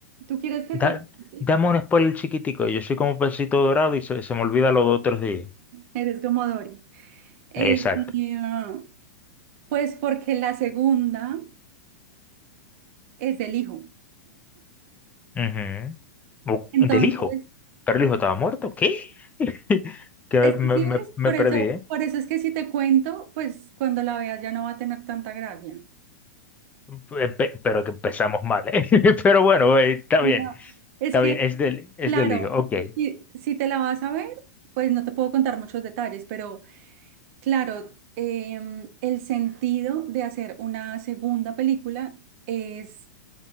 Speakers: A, on the right (about 50°); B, on the left (about 15°).
A: Tú quieres que
B: Da-
A: te cuente.
B: dame un spoiler chiquitico. Yo soy como pesito dorado y se, se me olvida los dos otros días.
A: Eres como Dory. Eh,
B: Exacto.
A: ah, pues porque la segunda es del hijo.
B: Ujú. O-
A: Entonces,
B: Del hijo. Pero el hijo estaba muerto. ¿Qué? <laughs> Que me,
A: es que sí
B: me-
A: ves,
B: me- me
A: por
B: perdí,
A: eso,
B: ¿eh?
A: por eso es que si te cuento, pues cuando la veas ya no va a tener tanta gracia.
B: Pe- pe- Pero que empezamos mal, ¿eh? <laughs> Pero bueno, eh, está
A: O
B: bien.
A: sea, es
B: Está
A: que,
B: bien. Es del, es
A: claro,
B: del hijo. Ok.
A: si, si te la vas a ver, pues no te puedo contar muchos detalles, pero claro, em, el sentido de hacer una segunda película es